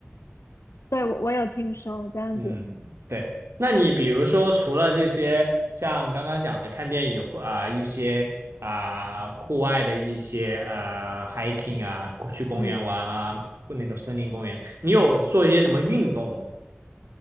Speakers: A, on the left; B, on the right.
A: 对，我我有听说这样子。
B: 嗯，对。那你比如说，除了这些，像刚刚讲的看电影或啊、一些啊、户外的一些呃 hiking 啊，去公园玩啊，
A: 嗯，
B: 或那种森林公园，你有做一些什么运动吗？